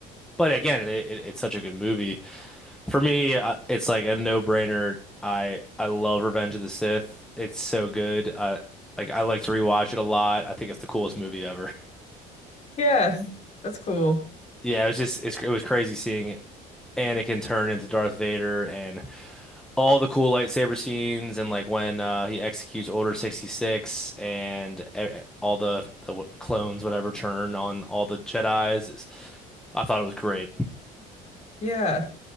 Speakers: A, in the centre; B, on the left.
A: But again, it, it, it's such a good movie. For me, uh, it's like a no-brainer. I I love Revenge of the Sith. It's so good. Uh, like I like to rewatch it a lot. I think it's the coolest movie ever. <laughs>
B: <laughs> Yeah, that's cool.
A: Yeah, it was just it's, it was crazy seeing Anakin turn into Darth Vader and all the cool lightsaber scenes and like when uh, he executes Order 66 and e- e, all the, the clones whatever turn on all the Jedis. It's- I thought it was great.
B: Yeah.